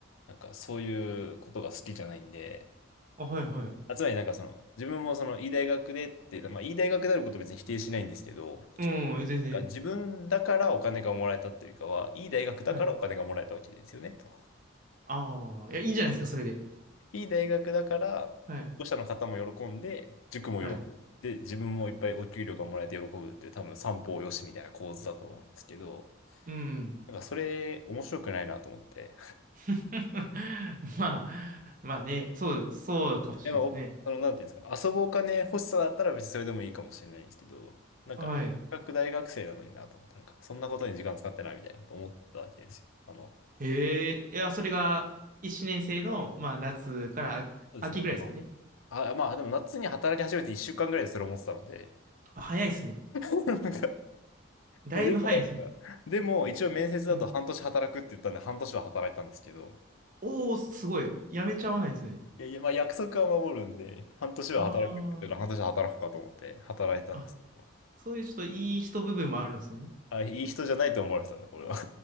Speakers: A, on the left; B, on the right.
A: なんか、そういうことが好きじゃないんで、
B: あ、はい、はい。
A: あ、つまりなんかその、自分もその、いい大学でっていうのは、まあ、いい大学であることを別に否定しないんですけど、
B: うん、全然。
A: なんか自分だからお金がもらえたっていうよりかは、いい大学だからお金がもらえたわけですよね、
B: はい。
A: と。
B: ああ、いや、いいんじゃないですか、それで。
A: いい大学だから、
B: はい、
A: 保護者の方も喜んで、塾も喜んで、
B: はい。
A: 自分もいっぱいお給料がもらえて喜ぶっていう、多分三方よしみたいな構図だと思うんですけど、
B: うん。
A: なんかそれ面白くないなと思って。
B: <laughs> まあ、まあね、そう、そうかもしれないですね。
A: やっぱお、あの、なんていうんですか、遊ぶお金欲しさだったら別にそれでもいいかもしれないんですけど、なんか、
B: はい。
A: せっかく大学生なのになと思って、なんか、そんなことに時間使ってないみたいなこと思ったわけですよ。あの、
B: ええいや、それが1年生の、まあ、夏から秋秋ぐらいですかね。
A: そうですね、あの、あ、まあ、でも夏に働き始めて1週間ぐらいでそれ思ってたので、
B: あ早いですね。
A: <laughs> なんか、
B: だいぶ早いですね。
A: いや、でもなんか、でも一応面接だと半年働くって言ったんで、
B: はい。
A: 半年は働いたんですけど、
B: おー、すごい。やめちゃわないですね。
A: いやいや、まあ約束は守るんで、半年は働くって言ったから半年は働くかと思って働いたんですけど、
B: ああ、あ、そういうちょっといい人部分もあるんですね。
A: あ、いい人じゃないと思われてたな、これは。<laughs>